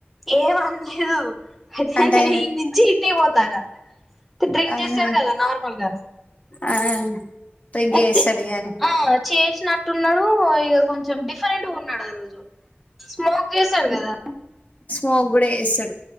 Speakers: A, in the centre; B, on the left.
A: ఏమంది అయి
B: అంటే
A: నేను ఇ నుంచి ఇంటి కి పోతాదట డ్రింక్
B: ఆహా
A: చేసాడు కదా నార్మల్గా
B: ఆ డ్రింక్
A: అయితే
B: చేస్తాడు ఇగ అని
A: ఆ. చేసినట్టున్నాడు ఇగ కొంచెం డిఫరెంట్గా ఉన్నాడు ఆ రోజు స్మోక్ చేసాడు కదా
B: స్మోక్ కూడా చేస్తడు